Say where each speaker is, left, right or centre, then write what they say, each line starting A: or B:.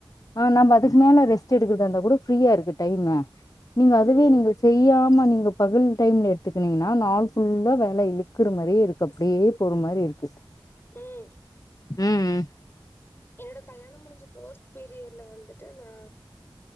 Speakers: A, on the left (about 45°); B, on the left (about 25°).
A: ஆ நாம்ப அதுக்கு மேல ரெஸ்ட் எடுக்கறதா இருந்தா கூட ஃப்ரீயா இருக்கு டைமு. நீங்க அதுவே
B: ம்
A: நீங்க செய்யாம நீங்கப் பகல் டைம்ல எடுத்துக்கனீங்னா நாள் ஃபுல்லா வேல இழுக்குற மாரியே இருக்கு. அப்டியே போற மாரி இருக்கு.
B: ம்.
A: ம் ம்.
B: என்னோட கல்யாண முடிஞ்சி ஃபஸ்ட் பீரியட்ல வந்துட்டு நா